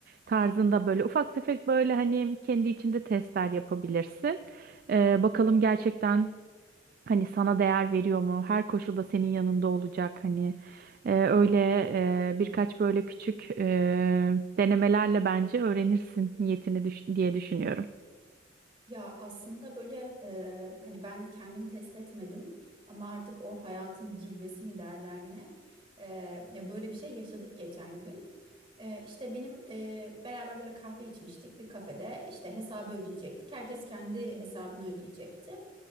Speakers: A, on the right (about 50°); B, on the right (about 30°).
A: tarzında böyle ufak tefek böyle hani kendi içinde testler yapabilirsin. Ee, bakalım gerçekten hani sana değer veriyor mu? Her koşulda senin yanında olacak hani Ee, öyle e, birkaç böyle küçük e, denemelerle bence öğrenirsin niyetini düş- diye düşünüyorum.
B: Ya aslında böyle e, hani ben kendim test etmedim ama artık o hayatın cilvesi mi derler ne? E, ya böyle bir şey yaşadık geçen gün. Ee, işte benim e, beraber böyle kahve içmiştik bir kafede. İşte hesabı ödeyecektik. Herkes kendi hesabını ödeyecekti.